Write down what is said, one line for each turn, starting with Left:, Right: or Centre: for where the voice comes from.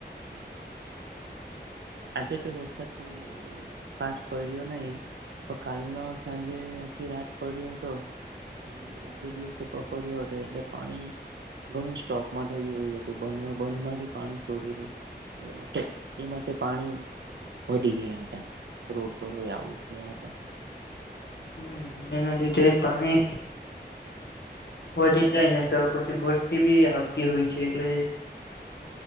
Right: હા હા આજે તો વરસાદ બો ખાસ પડ્યો નહી પણ કાલનો સાંજે આખી રાત પડ્યો હતો ને અગલે દિવસે પણ પડ્યો હતો એટલે પાણી ઘણું સ્ટોકમાં થઈ ગયું હતું બંધમાં બંધમાંથી પાણી છોડેલું એમા તો એમ તે પાણી પડી ગયા હતા રોડ પર આવી ગયા હતા
Left: હમ એના લીધે પાણી વધી જાય ને તો પછી ભરતી બી આવતી હોય છે એટલે